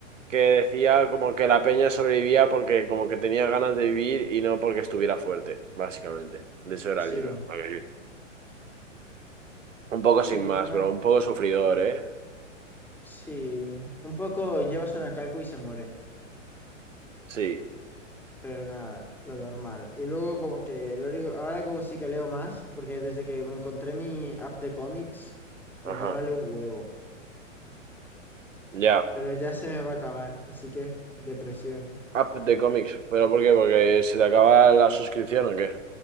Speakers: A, on the right; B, in the centre.
A: que decía como que la peña sobrevivía porque como que tenía ganas de vivir y no porque estuviera fuerte, básicamente. De eso era
B: Sí,
A: el libro. A ver, Un poco
B: sí,
A: sin más,
B: una,
A: bro. Un poco sufridor, ¿eh?
B: sí. Un poco llevas una calco y se muere.
A: Sí.
B: pero nada, lo normal. Y luego como que lo único- ahora como sí que leo más, porque desde que me encontré mi app de cómics, como
A: Ajá.
B: que ahora leo un huevo,
A: Ya.
B: pero ya se me va a acabar, así que depresión.
A: App de cómics. ¿Pero por qué? ¿Porque se te acaba la suscripción o qué?